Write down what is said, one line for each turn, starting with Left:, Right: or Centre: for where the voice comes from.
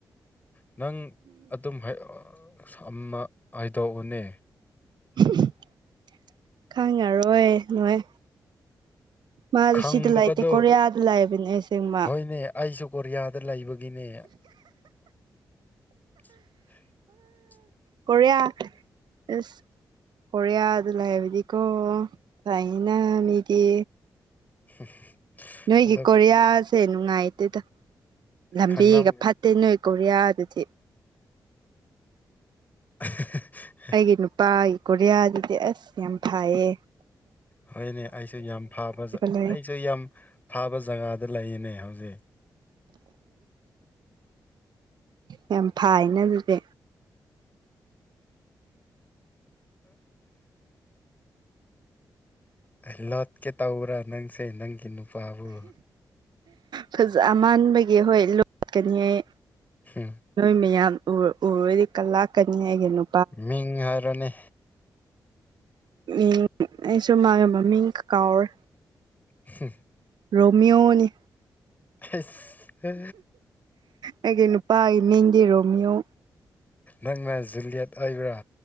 Left: ꯅꯪ ꯑꯗꯨꯝ <unintelligible>
Right: <unintelligible> ꯈꯪꯉꯔꯣꯏ ꯅꯣꯏ ꯃꯥꯗꯤ
Left: ꯈꯪꯗꯕꯗꯣ
Right: ꯁꯤꯗ ꯂꯩꯇꯦ ꯀꯣꯔꯤꯌꯥꯗ ꯂꯩꯕꯅꯦ ꯑꯁꯦꯡꯃ
Left: ꯍꯣꯏꯅꯦ ꯑꯩꯁꯨ ꯀꯣꯔꯤꯌꯥꯗ ꯂꯩꯕꯒꯤꯅꯦ <inaudible>
Right: ꯀꯣꯔꯤꯌꯥ ꯑꯁ ꯀꯣꯔꯤꯌꯥꯗ ꯂꯩ ꯍꯥꯏꯕꯗꯤꯀꯣ ꯐꯩꯏꯅ ꯃꯤꯗꯤ
Left: <unintelligible>
Right: ꯅꯣꯏꯒꯤ
Left: ꯑꯗꯣ
Right: ꯀꯣꯔꯤꯌꯥꯁꯦ ꯅꯨꯡꯉꯥꯏꯇꯦꯗ ꯂꯝꯕꯤꯒ
Left: ꯈꯪꯂꯝ
Right: ꯐꯠ ꯇꯦ ꯅꯣꯏ ꯀꯣꯔꯤꯌꯥꯗꯨꯗꯤ
Left: <inaudible>
Right: ꯑꯩꯒꯤ ꯅꯨꯄꯥꯒꯤ ꯀꯣꯔꯤꯌꯥꯗꯨꯗꯤ ꯑꯁ ꯌꯥꯝ ꯊꯥꯏꯌꯦ
Left: ꯍꯣꯏꯅꯦ ꯑꯩꯁꯨ ꯌꯥꯝ ꯐꯥꯕ
Right: ꯂꯩ
Left: ꯑꯩꯁꯨ ꯌꯥꯝ ꯐꯥꯕ ꯖꯒꯥꯗ ꯂꯩꯌꯦꯅꯦ ꯍꯧꯖꯤꯛ
Right: ꯎ ꯌꯥꯝ ꯐꯥꯏꯅꯦ ꯑꯗꯨꯗꯤ
Left: ꯑ ꯂꯣꯠꯀꯦ ꯇꯔꯥ ꯅꯪꯁꯦ ꯅꯪꯒꯤ ꯅꯨꯄꯥꯕꯨ
Right: ꯐꯖ ꯃꯥꯟꯕꯒꯤ ꯍꯣꯏ ꯂꯣꯠꯀꯅꯤ ꯍꯥꯏ
Left: ꯍ
Right: ꯅꯣꯏ ꯃꯌꯥꯝ ꯎꯔꯔꯗꯤ ꯀ ꯂꯥꯛꯀꯅꯤ ꯍꯥꯏꯒꯅꯣ
Left: ꯃꯤꯡ ꯍꯥꯏꯔꯅꯤ
Right: ꯎꯝ ꯑꯩꯁꯨ ꯃꯥꯒꯤ ꯃꯃꯤꯡ ꯀꯀꯥꯎꯔꯦ
Left: ꯍ
Right: ꯔꯣꯃꯤꯌꯣꯅꯤ
Left: ꯑꯁ
Right: ꯑꯩꯒꯤ ꯅꯨꯄꯥꯒꯤ ꯃꯤꯡꯗꯤ ꯔꯣꯃꯤꯌꯣ
Left: ꯅꯪꯅ ꯖꯨꯂꯤꯌꯥꯂꯤꯌꯥꯠ ꯑꯣꯏꯕ꯭ꯔꯥ